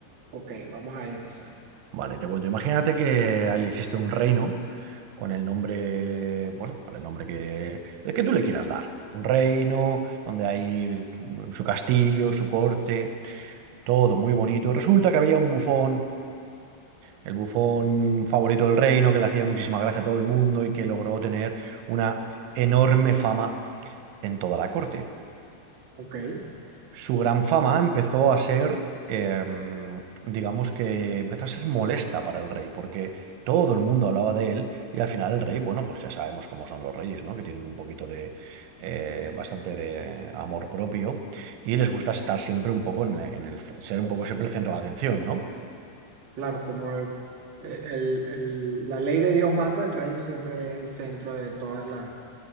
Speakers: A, on the right; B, on the right.
A: Ok, vamos a esa.
B: Vale, te cuento. Imagínate que ahí existe un reino con el nombre, bueno, con el nombre que, el que tú le quieras dar. Un reino donde hay mm, su castillo, su corte, todo muy bonito. Resulta que había un bufón El bufón favorito del reino, que le hacía muchísima gracia a todo el mundo y que logró tener una enorme fama en toda la corte.
A: Ok,
B: Su gran fama empezó a ser, em, digamos que empezó a ser molesta para el rey, porque todo el mundo hablaba de él y al final el rey, bueno, pues ya sabemos cómo son los reyes, ¿no? Que tienen un poquito de, eh, bastante de amor propio y les gusta estar siempre un poco en, en el, ser un poco siempre el centro de atención, ¿no?
A: claro, como el- eh, el- el- la ley de Dios manda, el rey siempre es el centro de toda la,